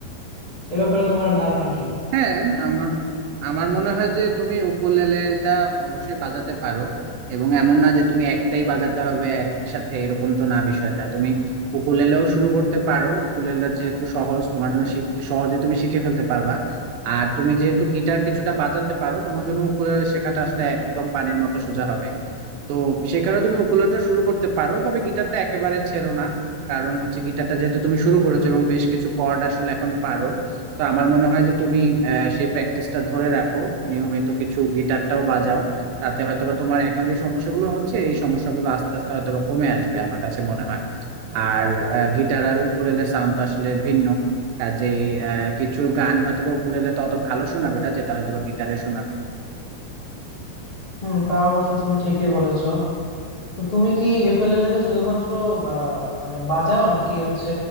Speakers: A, on the left (about 50°); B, on the right (about 80°).
A: এ ব্যাপারে তোমার ধারণা কি
B: হ্যাঁ আমার আমার মনে হয় যে তুমি উকুলেলেটা অবশ্যই বাজাতে পারো এবং এমন না যে তুমি একটাই বাজাতে হবে একসাথে এরকম তো না বিষয়টা তুমি উকুলেলেও শুরু করতে পারো উকুলেলে যেহেতু সহজ তোমার জন্য শিখতে সহজে তুমি শিখে ফেলতে পারবা আর তুমি যেহেতু গিটার কিছুটা বাজাতে পারো তোমার জন্য উকুলেলে শেখাটা আসলে একদম পানির মতো সোজা হবে তো সে কারণে তুমি উকুলেলেটা শুরু করতে পারো তবে গিটারটা একেবারে ছেড়ো না কারণ হচ্ছে গিটারটা যেহেতু তুমি শুরু করেছো এবং বেশ কিছু কর্ড আসলে এখন পারো তো আমার মনে হয় যে তুমি আহ, সেই প্র্যাকটিসটা ধরে রাখো নিয়মিত কিছু গিটারটাও বাজাও তাতে হয়তোবা তোমার এখন যে সমস্যাগুলো হচ্ছে এই সমস্যাগুলো আস্তে আস্তে হয়তোবা কমে আসবে আমার কাছে মনে হয় আর গিটার আর উকুলেলের সাউন্ড তো আসলে ভিন্ন কাজেই আহ, কিছু গান হয়তোবা উকুলেলে তো অত ভালো শোনাবে না যেটা হয়তোবা গিটারে শোনাবে
A: হুম তা অবশ্য তুমি ঠিকই বলেছো তো তুমি কি ইউকুলেলেতে শুধুমাত্র বা মানে বাজাও নাকি হচ্ছে